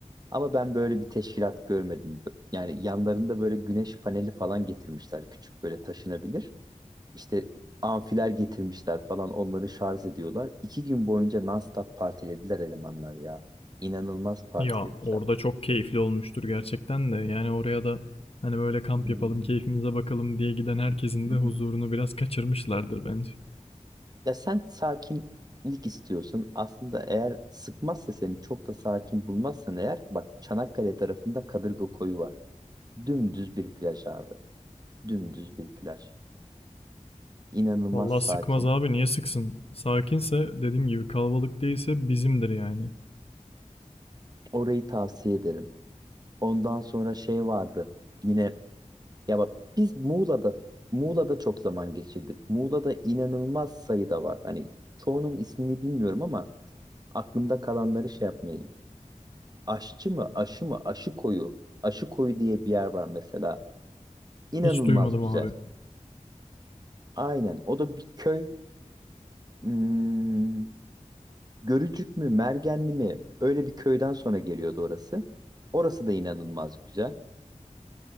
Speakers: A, on the right; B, on the left.
A: Ama ben böyle bir teşkilat görmedim. Yani yanlarında böyle güneş paneli falan getirmişler. Küçük böyle taşınabilir. İşte amfiler getirmişler falan. Onları şarj ediyorlar. İki gün boyunca non-stop partilediler elemanlar ya. İnanılmaz partilediler.
B: Ya orada çok keyifli olmuştur gerçekten de. Yani oraya da hani böyle kamp
A: Hmm.
B: yapalım, keyfimize bakalım diye giden herkesin
A: <laughs>
B: de huzurunu biraz kaçırmışlardır bence.
A: Ya sen sakinlik istiyorsun. Aslında eğer sıkmazsa seni çok da sakin bulmazsan eğer bak Çanakkale tarafında Kadırga Koyu var. Dümdüz bir plaj abi. Dümdüz bir plaj. İnanılmaz
B: Vallahi
A: sakin.
B: sıkmaz abi niye sıksın? Sakinse dediğim gibi kalabalık değilse bizimdir yani.
A: Orayı tavsiye ederim. Ondan sonra şey vardı. Yine ya bak biz Muğla'da Muğla'da çok zaman geçirdik. Muğla'da inanılmaz sayıda var. Hani çoğunun ismini bilmiyorum ama aklımda kalanları şey yapmaya Aşçı mı, aşı mı, aşı koyu. Aşı koyu diye bir yer var mesela. İnanılmaz
B: Hiç duymadım
A: güzel.
B: abi.
A: Aynen. O da bir köy. Hmm, Görücük mü, Mergenli mi? Öyle bir köyden sonra geliyordu orası. Orası da inanılmaz güzel.